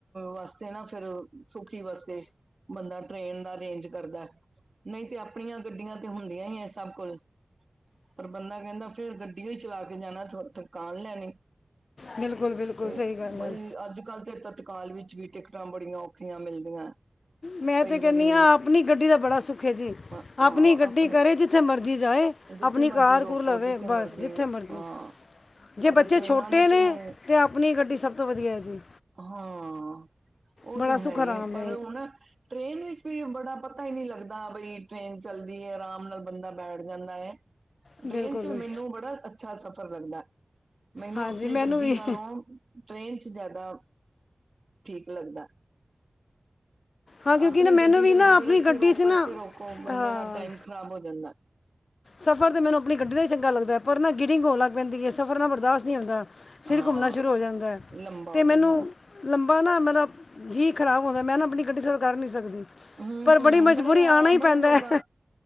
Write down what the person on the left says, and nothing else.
ਬਿਲਕੁਲ ਬਿਲਕੁਲ
ਸਹੀ ਗੱਲ
ਹੈ
ਮੈਂ
ਤੇ ਕਹਿੰਦੀ
ਹਾਂ ਆਪਣੀ ਗੱਡੀ ਦਾ ਬੜਾ ਸੁੱਖ ਹੈ ਜੀ,
ਆਪਣੀ ਗੱਡੀ
ਕਰੇ ਜ ਜਿੱਥੇ ਮਰਜ਼ੀ ਜਾਏ
ਆਪਣੀ ਕਾਰ-ਕੂਰ
ਲਵੇ,
ਬਸ ਜਿੱਥੇ ਮਰਜ਼ੀ
ਜੇ
ਬੱਚੇ
ਛੋਟੇ ਨੇ,
ਤਾਂ ਆਪਣੀ ਗੱਡੀ ਸਭ ਤੋਂ ਵਧੀਆ ਹੈ ਜੀ।
ਬੜਾ
ਸੁੱਖ
ਆਰਾਮ
ਬਿਲਕੁਲ
ਹਾਂਜੀ
ਮੈਨੂੰ
ਵੀ
ਹਾਂ ਕਿਉਂਕਿ
ਨਾ ਮੈਨੂੰ
ਵੀ
ਨਾ
ਆਪਣੀ
ਗੱਡੀ
'ਚ ਨਾ
ਹਾਂ
ਸਫ਼ਰ ਤਾਂ ਮੈਨੂੰ ਆਪਣੀ ਗੱਡੀ ਦਾ ਹੀ ਚੰਗਾ ਲੱਗਦਾ, ਪਰ ਨਾ ਗਿਡਿੰਗ ਹੋਣ ਲੱਗ ਪੈਂਦੀ ਹੈ, ਸਫ਼ਰ ਨਾਲ ਬਰਦਾਸ਼ਤ ਨਹੀਂ ਹੁੰਦਾ। ਸਿਰ
ਘੁੰਮਣਾ ਸ਼ੁਰੂ ਹੋ ਜਾਂਦਾ ਹੈ
ਅਤੇ
ਮੈਨੂੰ
ਲੰਬਾ ਨਾ ਮਤਲਬ ਜੀਅ ਖ਼ਰਾਬ ਹੁੰਦਾ, ਮੈਂ ਨਾ ਆਪਣੀ ਗੱਡੀ ਸਫ਼ਰ ਕਰ ਨਹੀਂ ਸਕਦੀ।
ਪਰ ਬੜੀ
ਮਜਬੂਰੀ
ਆਣਾ ਹੀ
ਪੈਂਦਾ
ਹੈ